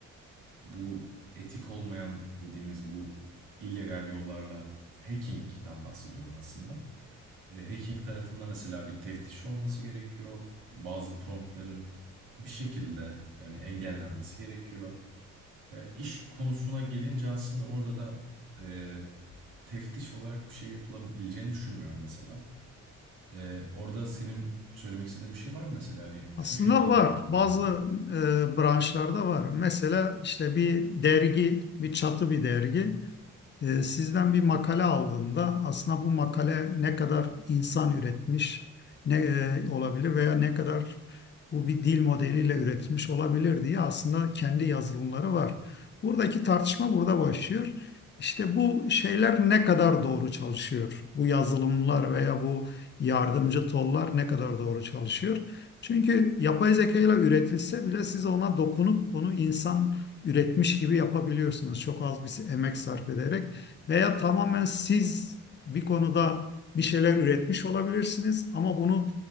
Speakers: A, on the right (about 85°); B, on the left (about 30°).
A: bu etik olmayan dediğimiz bu illegal yollarla hacking'den bahsediyorum aslında. Ee, hacking tarafında mesela bir teftiş olması gerekiyor. Bazı promptların bir şekilde yani engellenmesi gerekiyor. Ee, iş konusuna gelince aslında orada da e, teftiş olarak bir şey yapılabileceğini düşünmüyorum mesela. Ee, orada senin söylemek istediğin bir şey var mı mesela hani
B: Aslında
A: şu şekilde
B: var.
A: yapılabilir
B: Bazı
A: diye?
B: e, branşlarda var. Mesela işte bir dergi, bir çatı bir dergi. E, Sizden bir makale aldığında aslında bu makale ne kadar insan üretmiş ne e, olabilir veya ne kadar bu bir dil modeliyle üretilmiş olabilir diye aslında kendi yazılımları var. Buradaki tartışma burada başlıyor. İşte bu şeyler ne kadar doğru çalışıyor? Bu yazılımlar veya bu yardımcı tollar ne kadar doğru çalışıyor? Çünkü yapay zeka ile üretilse bile siz ona dokunup onu insan üretmiş gibi yapabiliyorsunuz. Çok az bir emek sarf ederek. Veya tamamen siz bir konuda bir şeyler üretmiş olabilirsiniz ama bunu